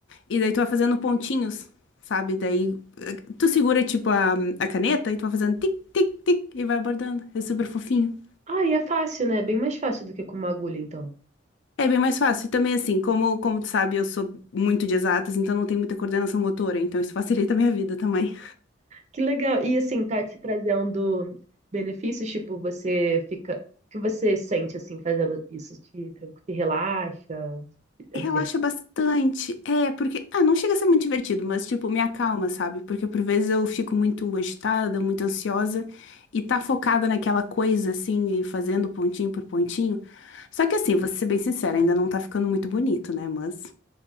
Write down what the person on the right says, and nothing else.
Ah, e é fácil, né? Bem mais fácil do que com uma agulha, então.
Que legal. E assim, tá te trazendo benefícios, tipo, você fica. O que você sente, assim, fazendo isso? Te, tranqu- te relaxa? É
divertido?